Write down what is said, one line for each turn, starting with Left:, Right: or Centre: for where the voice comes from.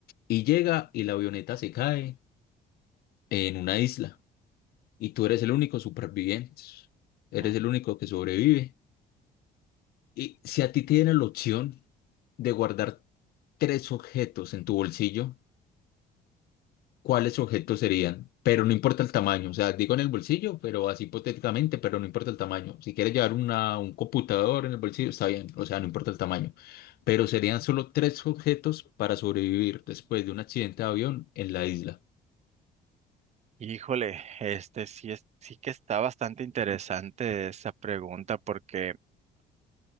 Left: y llega y la avioneta se cae en una isla. y tú eres el único superviviente, eres
Right: ujú.
Left: el único que sobrevive. Y si a ti te dieran la opción de guardar tres objetos en tu bolsillo, ¿cuáles objetos serían? Pero no importa el tamaño, o sea, digo en el bolsillo, pero así hipotéticamente, pero no importa el tamaño. Si quieres llevar una, un computador en el bolsillo, está bien, o sea, no importa el tamaño. Pero serían solo tres objetos para sobrevivir después de un accidente de avión en la isla.
Right: Híjole, este sí es, sí que está bastante interesante esa pregunta porque